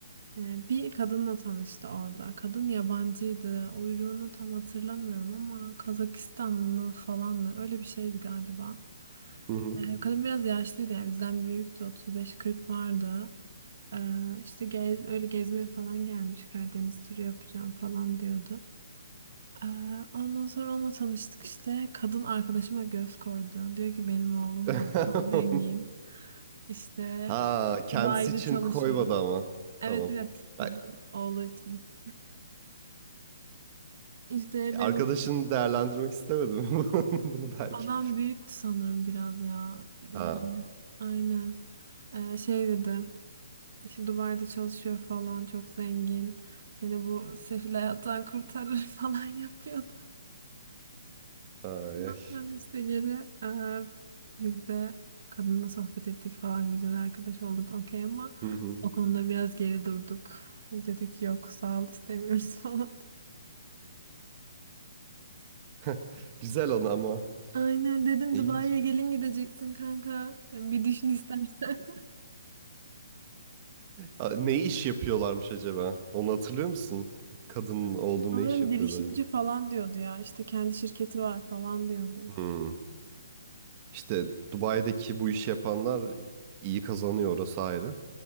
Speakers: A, on the right; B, on the right.
A: Ee, bir kadınla tanıştı orada. Kadın yabancıydı. Uyruğunu tam hatırlamıyorum ama Kazakistanlı falandı. Öyle bir şeydi galiba.
B: Hı hı.
A: Ee, kadın biraz yaşlıydı yani bizden büyüktü. 35-40 vardı. Ee, işte gez- öyle gezmeye falan gelmiş. Karadeniz turu yapacağım falan diyordu. Ee, Ondan sonra onunla tanıştık işte. Kadın arkadaşıma göz koydu. Diyor ki benim oğlum
B: <laughs>
A: var. Çok zengin. İşte
B: Ha, kendisi
A: Dubai'de
B: için
A: çalışıyor.
B: koymadı ama.
A: Evet
B: Tamam.
A: evet kadın
B: Ben
A: oğlu için. İşte benim
B: arkadaşını değerlendirmek istemedim <laughs> bunu belki.
A: adam büyüktü sanırım biraz ya. Yani
B: Ha.
A: aynen. Ee, şey dedi. İşte Dubai'de çalışıyor falan çok zengin. Seni bu sefil hayattan kurtarır <laughs> falan yapıyordu.
B: Ay.
A: Ondan
B: ay.
A: Sonra işte geri e, biz de kadınla sohbet ettik falan güzel arkadaş olduk okey ama
B: Hı hı.
A: o konuda biraz geri durduk. Dedik yok sağ ol istemiyoruz <laughs> falan.
B: <laughs> Güzel onu ama.
A: Aynen dedim
B: İlginç.
A: Dubai'ye gelin gideceksin kanka. Bir düşün istersen.
B: Aa, Ne iş yapıyorlarmış acaba? Onu hatırlıyor musun? Kadının
A: <laughs>
B: oğlu
A: Sanırım
B: ne iş yapıyordu
A: girişimci
B: acaba?
A: falan diyordu ya. İşte kendi şirketi var falan diyordu.
B: Hmm. İşte Dubai'deki bu işi yapanlar iyi kazanıyor orası ayrı.